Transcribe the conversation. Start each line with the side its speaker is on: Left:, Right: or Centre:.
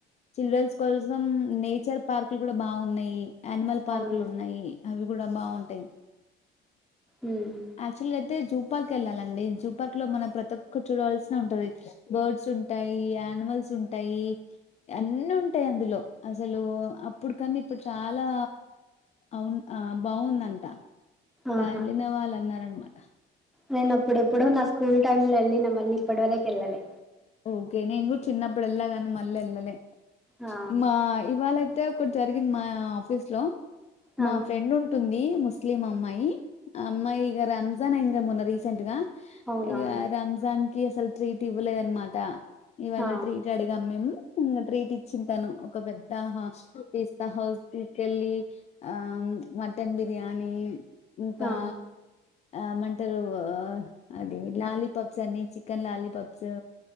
Left: చిల్డ్రన్స్ కోసం నేచర్ పార్క్లు కూడా బాగున్నాయి యనిమల్ పార్కులు
Centre: అవును
Left: ఉన్నాయి అవి కూడా బాగున్నాయి ఉంటాయి
Centre: ఉమ్
Left: యాక్టువల్ గా అయితే జూ పార్క్ వెళ్ళాలండి జూపార్క్ లో మనం ప్రతి ఒక్కటి చూడవల్సిన ఉంటాది బర్డ్స్ ఉంటాయి యానిమల్స్ ఉంటాయి అన్నీ ఉంటాయి అందులో అసలు అప్పుడు కన్నా ఇప్పుడు చాలా అవును బాగుందంట
Centre: ఆహా
Left: గార్లదిన్నె వాళ్లు అన్నారనమాట ట
Centre: నేను అప్పుడెప్పుడో నా స్కూల్ టైమ్ లో వెళ్ళా నేను మళ్ళీ ఇప్పుడ వరకి వెళ్ళలే
Left: ఓకే నేను కూడా చిన్నప్పుడు వెళ్లాగాని మళ్ళీ వెళ్ళలే
Centre: ఆ
Left: మా ఇవాళయితే ఒకటి జరిగింది మా ఆఫీస్ లో
Centre: ఆ
Left: మా ఫ్రెండ్ ఉంటుంది ము ముస్లిం ఆ అమ్మాయి ఆ అమ్మాయి ఇగ రన్ రంజా న్ అయిందిగా మొన్నా రీసెంట్ గా
Centre: అవునవును
Left: ఇగ రంజాన్ కి అస్సలు ట్రీట్ ఇవ్వలేదు అనమా ట ఇవాళ
Centre: ఆ
Left: ట్రీట్ అడిగాం మేము ఇంగ ట్రీట్ ఇచ్చింది తను ఒక పెద్ద హాస్ పిస్తా హౌస్ తీసుకెళ్ళి ఆ మటన్ బిర్యానీ ఇంకా
Centre: ఆ
Left: ఆమంటారు అది లాలీపాప్స్ అని చికెన్ లాలీపాప్సు